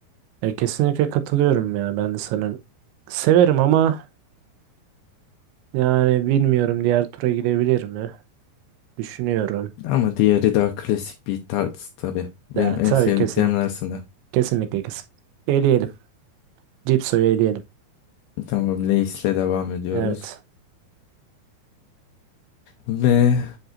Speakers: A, on the right; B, on the left.
A: Ya kesinlikle katılıyorum ya ben de sana. Severim ama yani bilmiyorum diğer tura gidebilir mi? Düşünüyorum.
B: Ama diğeri daha klasik bir tarz tabii. Benim
A: Ya, tabii
B: en sevdiklerim
A: kesin.
B: arasında.
A: Kesinlikle kesin. Eleyelim. Cipso'yu eleyelim.
B: Tamam Lay's'le devam ediyoruz.
A: Evet.
B: Ve